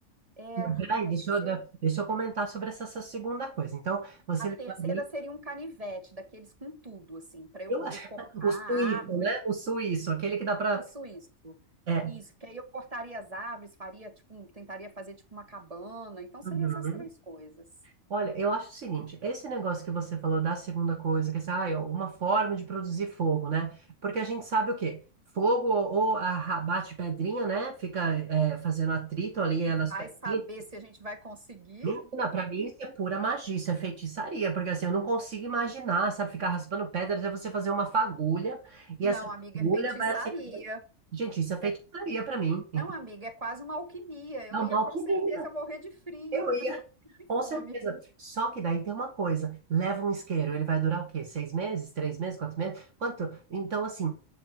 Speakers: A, on the right (about 30°); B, on the right (about 60°).
A: é, ai,
B: Peraí, deixa
A: a terceira,
B: eu, dar- deixa eu comentar sobre essa, essa segunda coisa. Então, você
A: a terceira
B: levaria,
A: seria um canivete, daqueles com tudo, assim, para eu
B: eu
A: poder
B: acho,
A: cortar
B: <laughs> o
A: a
B: suíço,
A: árvore,
B: né? O suíço, aquele que dá pra.
A: o suíço.
B: É.
A: Isso, porque aí eu cortaria as árvores, faria tipo, um- tentaria fazer tipo uma cabana. Então seria
B: Uhum.
A: essas três coisas.
B: Olha, eu acho o seguinte, esse negócio que você falou da segunda coisa, que é assim, ah, é uma forma de produzir fogo, né? Porque a gente sabe o quê? Fogo ou, ou a- bate pedrinha, né? Fica é, fazendo atrito ali
A: Que
B: é, nas
A: vai
B: pedrinhas.
A: saber se a gente vai conseguir?
B: Menina, pra mim isso é pura magia, isso é feitiçaria, porque assim, eu não consigo imaginar, sabe, ficar raspando pedra até você fazer uma fagulha, e
A: Não,
B: essa
A: amiga,
B: fagulha
A: é feitiçaria.
B: vai acender. Gente, isso é feitiçaria
A: É,
B: pra mim, entendeu?
A: não, amiga, é quase uma alquimia. Eu
B: É uma
A: ia
B: alquimia.
A: com certeza morrer de frio.
B: Eu ia,
A: de
B: com
A: fome.
B: certeza. Só que daí tem uma coisa, leva um isqueiro, ele vai durar o quê? Seis meses? Três meses? Quatro meses? Quanto? Então, assim,